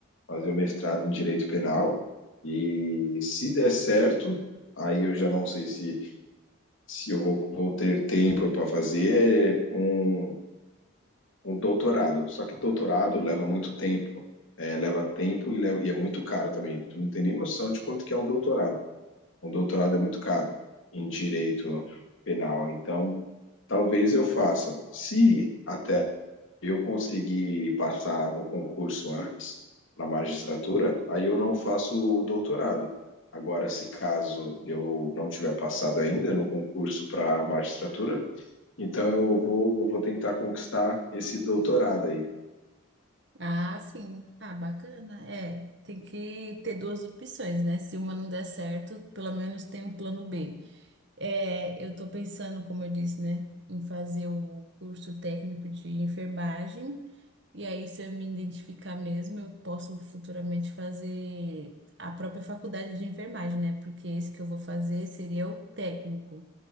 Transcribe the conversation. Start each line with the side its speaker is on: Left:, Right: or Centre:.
Left: fazer o mestrado em direito penal e se der certo, aí eu já não sei se se eu vou, vou ter tempo para fazer um, um doutorado. Só que doutorado leva muito tempo, é, leva tempo e, leva, e é muito caro também. Tu não tem nem noção de quanto que é um doutorado. Um doutorado é muito caro em direito penal. Então Talvez eu faça. Se até eu conseguir passar no concurso antes, na magistratura, aí eu não faço o doutorado. Agora, se caso eu não tiver passado ainda no concurso para magistratura, então eu vou, eu vou tentar conquistar esse doutorado aí.
Right: Ah, sim. Ah, bacana. É, tem que ter duas opções, né? Se uma não der certo, pelo menos tem um plano B. É, eu tô pensando, como eu disse, né, em fazer o curso técnico de enfermagem. E aí, se eu me identificar mesmo, eu posso futuramente fazer a própria faculdade de enfermagem, né? Porque esse que eu vou fazer seria o técnico.